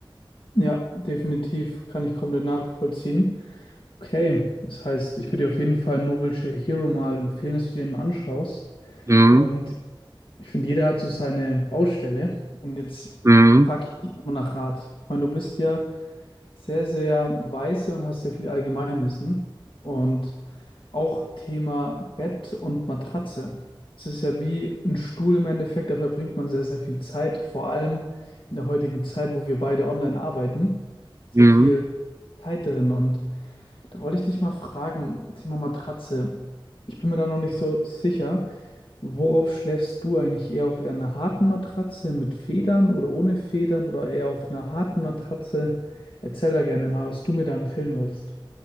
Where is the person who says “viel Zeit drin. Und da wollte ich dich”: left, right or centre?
Left